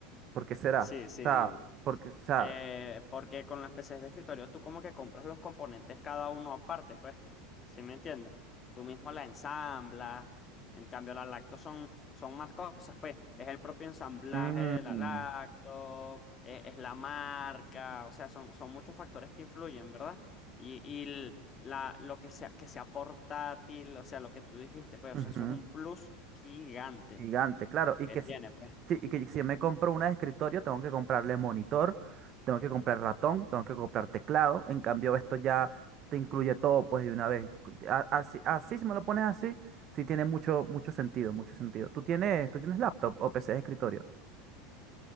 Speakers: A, on the right (about 35°); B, on the left (about 25°).
A: ¿Por qué será?
B: Sí, sí.
A: O sea, porque, o sea,
B: Eh, porque con las PCs de escritorio tú como que compras los componentes cada uno aparte, pues. ¿Sí me entiendes? Tú mismo la ensamblas. En cambio, la lacto son, son más cosas, pues. Es el propio ensamblaje
A: mm,
B: de la lacto, e- es, la marca, o sea, son, son muchos factores que influyen, ¿verdad? Y, y l- la, lo que sea, que sea portátil, o sea, lo que tú dijiste, pues, o
A: ujú.
B: sea, eso es un plus gigante
A: Gigante, claro. Y
B: que
A: que
B: tiene,
A: si,
B: pues.
A: sí, y que si yo me compro una de escritorio, tengo que comprarle monitor, tengo que comprar ratón, tengo que comprar teclado. En cambio, esto ya te incluye todo, pues, de una vez. Cu- a- Así, así, si me lo pones así, sí tiene mucho, mucho sentido, mucho sentido. ¿Tú tienes, tú tienes laptop o PC de escritorio?